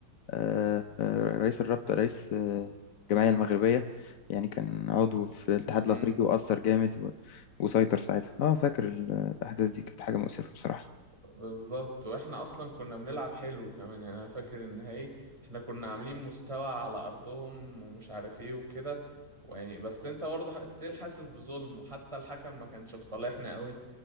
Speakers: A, on the left; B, on the right.
A: آه، آه، رئيس الرابطة رئيس آه، الجمعية المغربية يعني كان عضو في الاتحاد
B: امم
A: الافريقي واثر جامد و- وسيطر ساعتها اه فاكر ال- الاحداث دي كانت حاجة مؤسفة بصراحة
B: بالظبط واحنا اصلا كنا بنلعب حلو كمان يعني انا فاكر النهائي احنا كنا عاملين مستوى على ارضهم ومش عارف ايه وكده ويعني بس انت برضه ستيل حاسس بظلم وحتى الحكم ما كانش في صالحنا قوي